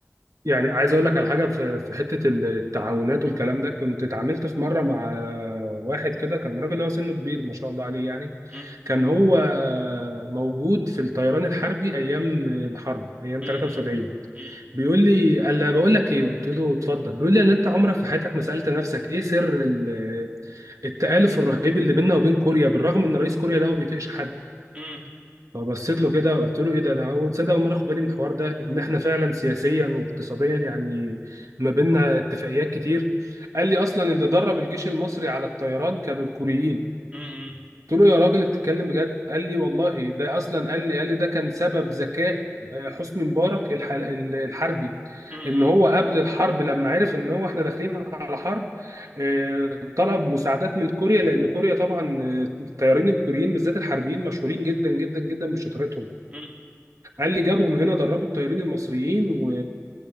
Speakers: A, on the right; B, on the right.
A: يعني عايز اقول لك على حاجه في في حته التعاونات والكلام ده كنت اتعاملت في مره مع واحد كده كان راجل هو سنه كبير ما شاء الله عليه يعني
B: م-
A: كان هو موجود في الطيران الحربي ايام الحرب ايام
B: م- م-
A: 73
B: م-
A: بيقول لي قال لي بقول لك ايه قلت له اتفضل بيقول لي انا انت عمرك في حياتك ما سالت نفسك ايه سر ال- التآلف الرهيب اللي بيننا وبين كوريا بالرغم ان رئيس كوريا ده ما بيطيقش حد
B: م-
A: فبصيت له كده قلت له ايه ده انا اول تصدق اول مره اخد بالي من الحوار ده ان احنا فعلا سياسيا واقتصاديا يعني ما بيننا اتفاقيات كتير قال لي اصلا اللي درب الجيش المصري على الطيران كانوا الكوريين
B: م-
A: قلت له يا راجل بتتكلم بجد قال لي والله ده اصلا قال لي قال لي ده كان سبب ذكاء آه، حسني مبارك الح- الحربي
B: م-
A: ان هو
B: م-
A: قبل الحرب لما عرف ان هو احنا داخلين على حرب آه، طلب مساعدات من كوريا لان كوريا طبعا آه، الطيارين الكوريين بالذات الحربيين مشهورين جدا جدا جدا بشطارتهم
B: م- م- م-
A: قال لي جابهم هنا دربوا الطيارين المصريين و...